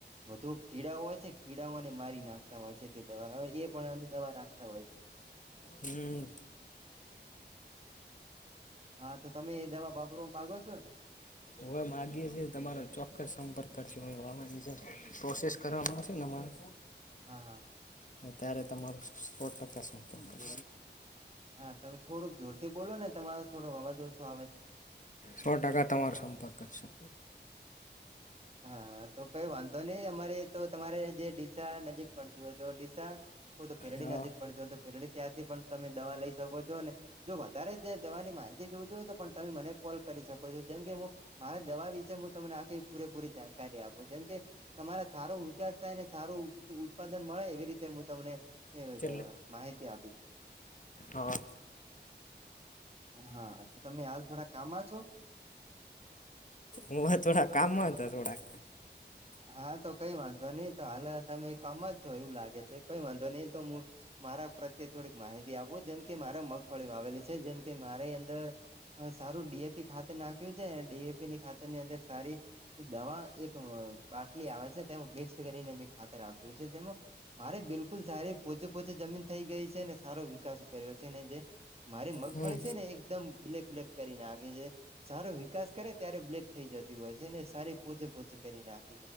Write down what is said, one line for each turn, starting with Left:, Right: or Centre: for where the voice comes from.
Right: વધુ કીડાઓ હોય છે, કીડાઓને મારી નાખતા હોય છે તે દવાવે એ પણ અમે દવા નાખતા હોય છે.
Left: હમ.
Right: હા, તો તમે એ દવા વાપરવા માંગો છો ને?
Left: હવે માગીએ‌. તમારો ચોક્કસ સંપર્ક કરશે. હ આવાની જે પ્રોસેસ કરવાવામાં આવશે ને, મારે.
Right: હા હા
Left: ત્યારે તમારો સોળ ટકા સંપર્ક.
Right: હા, તમે થોડુંક જોરથી બોલો ને. તમારો થોડો અવાજ ઓછો આવે છે.
Left: સો ટકા તમારો સંપર્ક કરશે.
Right: હા, તો કઈ વાંધો નહીં. અમારે તો તમારે જે ડીસા નજીક પડતી હોય તો ડીસા ઓ, તો પેરડી
Left: હા
Right: નજીક પડતી હોય તો પેરેડી. ત્યાંથી પણ તમે દવા લઈ શકો છો. અને જો વાત તારે જે દવાની માહિતી જોવતું હોય તો પણ તમે મને કોલ કરી શકો છો. જેમ કે, હું મારા દવા વિશે હું તમને આખી પૂરેપૂરી જાણકારી આપો, જેમ કે તમારા સારો વિકાસ થાય ને સારું ઉત્પાદન મળે એવી રીતે હું તમને એવી
Left: ચલે
Right: માહિતી આપું.
Left: હા.
Right: હા, તો તમે હાલ થોડા કામ છો?
Left: હું થોડા કામમાં હતા, થોડાક.
Right: હા, તો કઈ વાંધો નઈ તો હાલ તમે કમ જ છો એવું લાગે છે, કઈ વાંધો નઈ તો હું મારા પ્રત્યે થોડીક માહિતી આપૂ, જેમકે મારે મગફળી આવેલી છે, જેમકે મારી અંદર સારું ડી એ પી ખાતર નાખ્યું છે, ડી એ પી ની ખાતરની અંદર સાડી દવા એક બાટલી આવે છે તેમાં મિક્સ કરીને મે ખાતર આપ્યું છે તેમાં મારે બિલકુલ સારી પોચું પોચું જમીન થઇ ગઈ છે ને સારો વિકાસ કર્યો છે ને જે મારી મગફળી
Left: હમ
Right: છે ને એકદમ બ્લેક બ્લેક કરી નાખે છે. સારો વિકાસ કરે ત્યારે બ્લેક થઈ જતી હોય છે અને સારી પોચે પોચી કરી નાખ